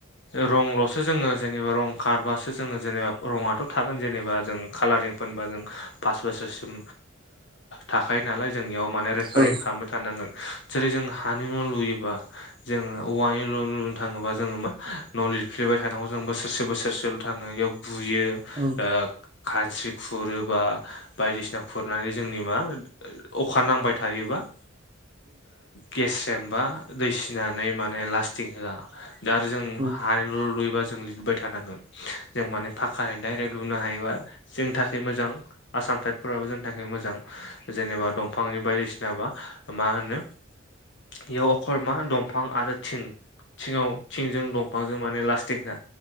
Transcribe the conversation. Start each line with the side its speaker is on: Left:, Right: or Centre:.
Left: रंल'सो जोङो जेनेबा रं खारबासो जोङो जेबा रङाथ' थागोन जेनेबा जों खालारिं फबा जों पास बोसोरसिम थाखायायो नालाय जोंनियाव माने रेफारिं
Right: औ
Left: खालाम थानांगोन जेरै जों हानि न' लुयोबा जोङो औवानि लनो थाङोबा जोङो मा न' लिरफ्लेबाय थानांगौ जों बोसोरसे बोसोरसे थाङो बेयाव गुयो
Right: औ
Left: खानस्रि खुरोबा बायदिसिना खुरनानै जोंनि मा अखा नांबाय थायोबा गेसजोंमबा दै सिनानै माने लास्टिं होआ द आरो जों
Right: औ
Left: हानायल' लुयोबा जों लिरबाय थानांगोन जों माने पकानि दडाइरेक्ट लुनो हायोबा जोंनि थाखाय मोजां आसाम थटाइटफोराबो जोंनि थाखाय मोजां जेनेबा दंफांनि बायदिसिनाबा मा होनो बेयाव अखरमा दंफां आरो थिं थिङाव थिंजों दंफांजों माने लास्टिंखा